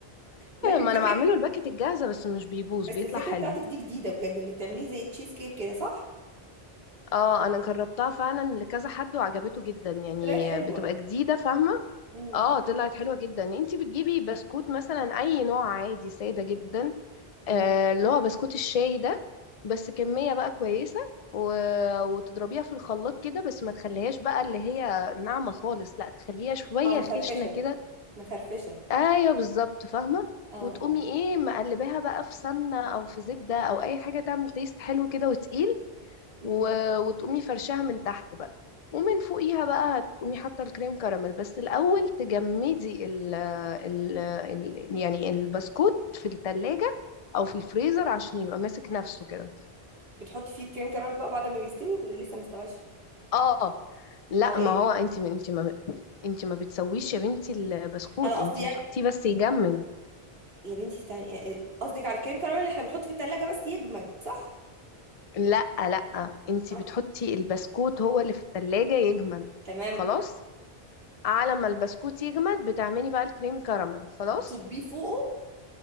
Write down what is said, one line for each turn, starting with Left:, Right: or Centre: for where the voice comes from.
Right: <laughs> لكن
Left: ما
Right: فكره
Left: انا بعمله الباكت الجاهزة بس مش بيبوظ
Right: بس
Left: بيطلع
Right: الفكره
Left: حلو
Right: بتاعتك دي جديده بجد انك تعمليه زي تشيز كيك كده صح
Left: اه انا جربتها فعلا لكذا حد وعجبته جدا يعني
Right: طلعت حلوه
Left: بتبقى جديده فاهمه
Right: مم.
Left: اه طلعت حلوه جدا انتي بتجيبي بسكوت مثلا اي نوع عادي ساده جدا آه
Right: مم.
Left: اللي هو بسكوت الشاي ده بس كميه بقى كويسه و... وتضربيها في الخلاط كده بس ما تخليهاش بقى اللي هي ناعمه خالص لا تخليها شويه
Right: اه مخرفشه
Left: خشنه كده
Right: مخرفشه
Left: ايوه بالظبط فاهمه
Right: اه
Left: وتقومي
Right: اه
Left: ايه مقلباها بقى في سمنه او في زبده او اي حاجه تعمل تيست حلو كده وتقيل
Right: مم.
Left: و... وتقومي فرشاها من تحت بقى ومن فوقيها بقى هتقومي حاطه الكريم كراميل بس الاول تجمدي ال... ال... ال... يعني البسكوت في التلاجة او في الفريزر عشان يبقى ماسك نفسه كده
Right: بتحطي فيه الكريم كراميل بقى بعد ما بيستوي ولا لسه ما استواش
Left: اه لا
Right: اه ايه
Left: ما هو انت ما انت ما انت ما بتسويش يا بنتي البسكوت
Right: انا قصدي
Left: انت
Right: يعني
Left: بتحطيه بس يجمد
Right: يا بنتي استني آه، آه، قصدك على الكريم كراميل اللي احنا بنحطه في التلاجة بس يجمد صح؟
Left: لا لا انت
Right: آه،
Left: بتحطي البسكوت هو اللي في التلاجة يجمد
Right: تمام
Left: خلاص على ما البسكوت يجمد بتعملي بقى الكريم كراميل خلاص
Right: بتصبيه فوقه